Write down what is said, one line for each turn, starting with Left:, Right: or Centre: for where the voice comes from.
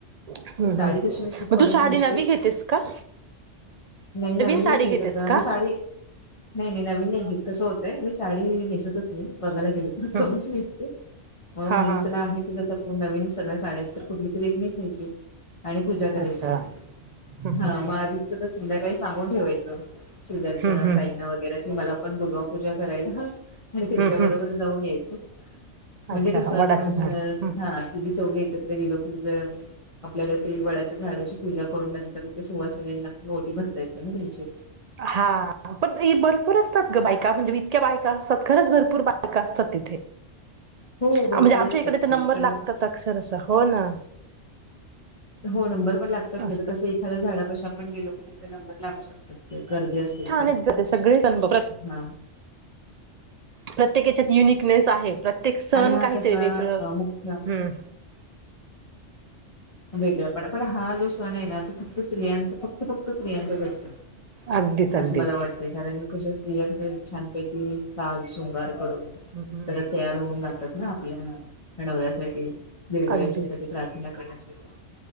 Right: हम्म
Left: साडी
Right: हम्
Left: तशी मी खूप
Right: मग
Left: कमीच
Right: तू साडी
Left: नेसते
Right: नवी घेतेस का.
Left: नाही नवीन
Right: साडी
Left: नाही
Right: घेतेस
Left: घेत
Right: का?
Left: मी साडी नवीन नाही घेत कस होतय मी साडी नेसतच नाही बघायला गेलो तर
Right: हम्म.
Left: कमीच नेसते. मग
Right: हा
Left: म्हटले
Right: हा
Left: चला आहे, ते जात को नवीन सगळ्या साड्यात तर कुठली तरी एक नाही जायची. आणि पूजा करायची
Right: अच्छा हम्म हम्म
Left: हा म आदपच तर संध्याकाळी सांगून ठेवायचं. शजलच्या
Right: हम्म हम्म
Left: ताईंना वगैरे कि मला पण बुोलवा पूजा करायला ह. आणि त्यांच्या
Right: हम् हम्
Left: बरोबर जाऊन यायचं म्हणजे
Right: अच्छा
Left: कस आपण
Right: वडाचं झाड हं.
Left: ती चौघे एकत्र गेलो की जर. आपल्याला ती वड्याच्या झाडाची पूजा करून नंतर ते सुवासनेना ओटी भरता येते ना त्यांची.
Right: हा पण भरपूर असतात ग बायका म्हणजे मी इतक्या बायका असतात. खरंच भरपूर बायका असतात तिथे.
Left: हो भरपूर
Right: म्हणजे आमच्या
Left: असतात
Right: इकडे तर
Left: ती
Right: नंबर
Left: पण
Right: लागतात अक्षरस हो ना.
Left: हो नंबर पण लागतात ते
Right: असं
Left: कस एखाद्या झाडापा आपण गेलो की, तिथे नंबर लागू शकतात ते. गर्दी असेल
Right: छान
Left: तर
Right: आहेत ग ते सगळे सण बघ,
Left: हा.
Right: प्रत्येकाच्यात युनिकनेस आहे, प्रत्येक सण
Left: आणि हा
Right: काहीतरी
Left: कसा
Right: वेगळं
Left: अ, मुख्य
Right: हम्म
Left: वेगळ पण पण हा जो सण आहे ना तो फक्त स्त्रियांचा फक्त फक्त स्तियांचाच असतो.
Right: अगदीच अगदीच
Left: असं मला वाटतंय कारण कशा स्त्रिया कस छानपैकी साग शृंगार करून
Right: हम् हम्
Left: सगळ तयार होऊन जातात ना आपल्या नवऱ्यासाठी. दीर्घायुषासाठी
Right: अगदीच
Left: प्रार्थना करण्यासाठी.